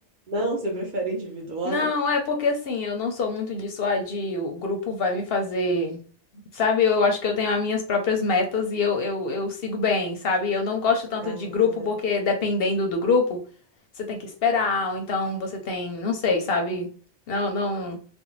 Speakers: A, on the right; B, on the left.
A: não, você prefere individual.
B: Não, é porque assim, eu não sou muito disso, ah, de o grupo vai me fazer. Sabe, eu acho que eu tenho as minhas próprias metas e eu, eu, eu sigo bem, sabe? Eu não gosto tanto
A: Ah,
B: de grupo porque dependendo do grupo, você tem que esperar, ou então você tem, não sei, sabe? Não, não,